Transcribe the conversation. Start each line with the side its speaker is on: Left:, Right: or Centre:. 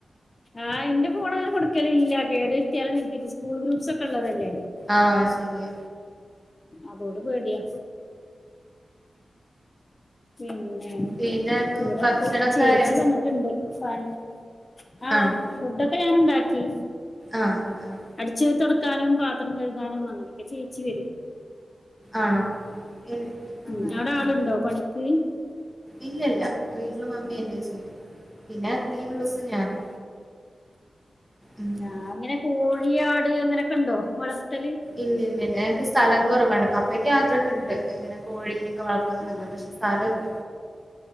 Left: ആഹ് എൻന്റെ ഫോണ് അങ്ങനെ കൊടുക്കല് ഇല്ല കേട് വരുത്തിയാലും <unintelligible> സ്കൂൾ ഗ്രൂപ്പ്സ് ഒക്കെ ഉള്ളതല്ലേ
Centre: ആഹ് ശരിയ
Left: അതോട് പേടിയാ പിന്നെ
Centre: പിന്നെ ഇപ്പൊ
Left: ഇവിടെപ്പൊ
Centre: ഭക്ഷണൊക്കെ
Left: ചേച്ചി
Centre: ആയോ
Left: വന്ന ട്ടുണ്ട് പണി ആഹ്
Centre: ആണോ
Left: ഫുഡൊക്കെ ഞൻ ഉണ്ടാക്കി
Centre: ആഹ് ആഹ് ആഹ്
Left: അടിച്ചു വാരി തുടക്കാനും പാത്രം കഴുകാനും അങ്ങനെ ചേച്ചി വരും
Centre: ആണോ ഏഹ്
Left: ഉ
Centre: അങ്ങനെ
Left: അവിടെ ആളുണ്ടോ
Centre: ആഹ്
Left: പണിക്ക്
Centre: ഇല്ലല്ല വീട്ടില് മമ്മിന്നെ ചെയ്യും പിന്നെ ലീവുള്ള ദിവസം ഞാനും ഉം
Left: ആഹ് അങ്ങനെ കോഴി ആട് അങ്ങനൊക്കെ ഉണ്ടോ വളർത്തല്
Centre: ഇല്ല ഇല്ല ഇല്ല ഞങ്ങക്ക് സ്ഥലം കുറവാണ് അപ്പയ്ക്ക് ആഗ്രഹണ്ട് ഇങ്ങനെ കോഴീനെയൊക്കെ വളർത്തണം എന്നൊക്കെ
Left: ആഹ്
Centre: പക്ഷെ സ്ഥലം ല്ല